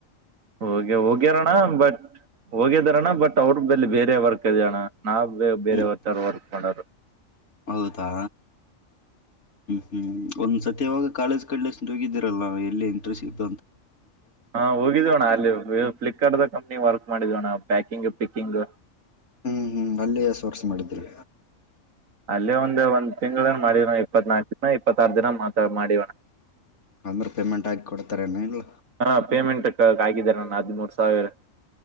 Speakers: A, on the right; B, on the left.
A: ಹೋಗ್ಯ ಹೋಗ್ಯಾರಣ ಬಟ್ ಹೋಗ್ಯದಾರಣ ಬಟ್ ಅವ್ರ ಬಲ್ಲಿ ಬೇರೆ ಬೇರೆ ವರ್ಕ್ ಅದ್ಯಣ ನಾವ ಬೇರೆವ
B: ಹ್ಮ್
A: ತರ ವರ್ಕ್ ಮಾಡೋರು
B: ಹೌದಾ ಹ್ಮ್ ಹ್ಮ್ ಒಂದ್ ಸತ್ಯವಾಗ ಕಾಲೇಜ್ ಕಡ್ಲೆಷ್ಟಗಿದ್ದೀರಲ್ಲ ಎಲ್ಲಿ ಇಂಟ್ರೆಸ್ಟ್ ಇಂತ
A: ಹಾ ಹೋಗಿದೋಣ ಅಲ್ಲಿ ಫ್ಲಿಕಾರ್ಟ್ ಕಂಪ್ನಿ ವರ್ಕ್ ಮಾಡಿದವಣ ಪ್ಯಾಕಿಂಗ್ ಪಿಕ್ಕಿಂಗ್
B: ಹ್ಮ್ ಹ್ಮ್ ಅಲ್ಲೇ ಸ ವರ್ಸ್ ಮಾಡಿದ್ರು
A: ಅಲ್ಲೇ ಒಂದು ಒಂದ ತಿಂಗಳನ್ ಮಾಡವಣ ಇಪ್ಪತ್ ನಾಲ್ಕು ದಿನ ಇಪ್ಪತ್ತಾರ ದಿನ ಮಾತ ಮಾಡಿವಣ
B: ಅಂದ್ರೆ ಪೇಮೆಂಟ್ ಹಾಕಿ ಕೊಡ್ತಾರೇನ ಇಲ್ಲ
A: ಹಾ ಪೇಮೆಂಟ್ ಆಗಿದಾರ ಅ ಮುರು ಸಾವಿರ